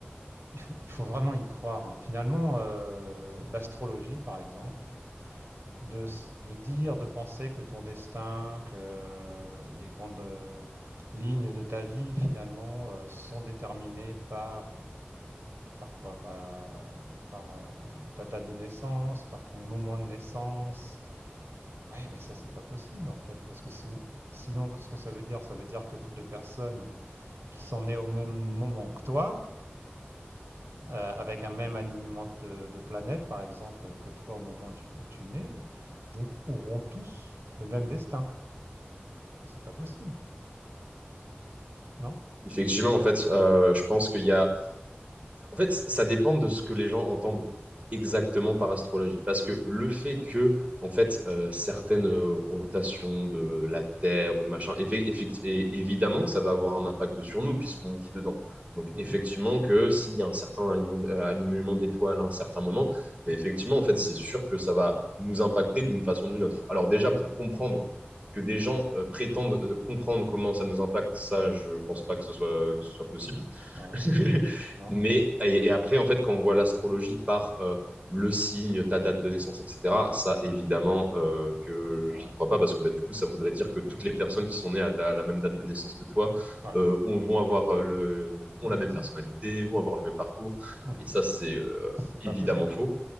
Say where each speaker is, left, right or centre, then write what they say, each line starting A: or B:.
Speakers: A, on the right; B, on the right.
A: il faut, faut vraiment y croire. hein. Finalement, euh, l'astrologie, par exemple, de, s- de dire, de penser que ton destin, que les grandes euh, lignes de ta vie, finalement, euh, sont déterminées par, par quoi? Bah, par euh, ta date de naissance, par ton moment de naissance. Oui, mais ça, c'est pas possible, en fait, parce que si- sinon, qu'est-ce que ça veut dire? Ça veut dire que toutes les personnes qui sont nées au même moment que toi, euh, avec un même alignement de, de planètes, par exemple, que toi au moment tu- où tu nais, donc auront tous le même destin. C'est pas possible, non?
B: Effectivement, en fait, euh, je pense qu'il y a En fait, ça dépend de ce que les gens entendent exactement par astrologie. Parce que le fait
A: Ouais.
B: que, en fait, euh, certaines euh, rotations de la Terre ou de machin, effe- effecti- et évidemment que ça va avoir un impact sur nous puisqu'on vit dedans. Donc,
A: Mhm.
B: effectivement, que s'il y a un certain aliment, euh, alignement d'étoiles à un certain moment, ben, effectivement, en fait, c'est sûr que ça va nous impacter d'une façon ou d'une autre. Alors, déjà, pour comprendre que des gens euh, prétendent euh, comprendre comment ça nous impacte, ça, je pense pas que ce soit, que ce soit possible.
A: Ouais.
B: <laughs>
A: Non.
B: Mais et, et après, en fait, quand on voit l'astrologie par euh, le signe, ta date de naissance, etc., ça, évidemment, euh, que
A: Ouais.
B: j'y crois pas parce que bah, du coup, ça voudrait dire que toutes les personnes qui sont nées à ta- la même date de naissance que toi
A: Ouais.
B: euh, ont- vont avoir euh, le, ont
A: Ouais,
B: la même
A: c'est ça.
B: personnalité, vont avoir le même parcours.
A: Mhm.
B: Et ça, c'est euh,
A: C'est
B: évidemment
A: pas possible.
B: faux.